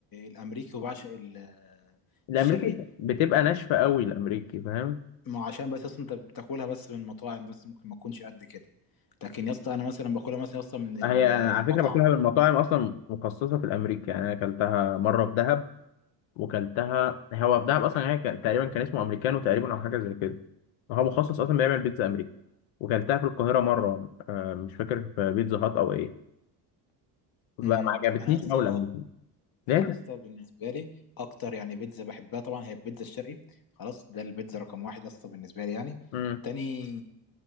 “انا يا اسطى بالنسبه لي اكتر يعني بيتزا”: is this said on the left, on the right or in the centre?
Left